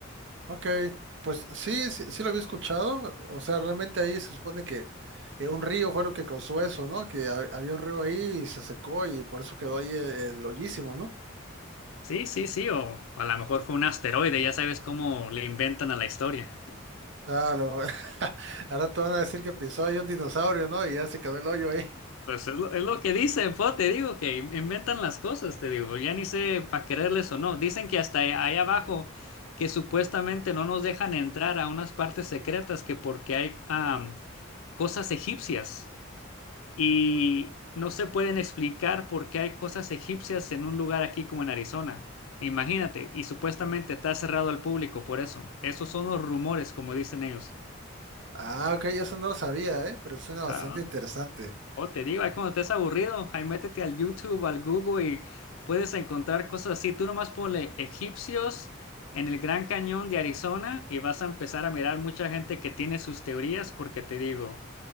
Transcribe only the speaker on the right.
ok. Pues sí, sí, sí lo había escuchado. O sea, realmente ahí se supone que eh, un río fue lo que causó eso, ¿no? Que ha- había un río ahí y se secó y por eso quedó ahí el, el hoyísimo, ¿no?
Ah, lo, <laughs> ahora te van a decir que pisó ahí un dinosaurio, ¿no? Y ya se quedó el hoyo ahí.
Ah, ok, eso no lo sabía, ¿eh? Pero suena bastante
interesante.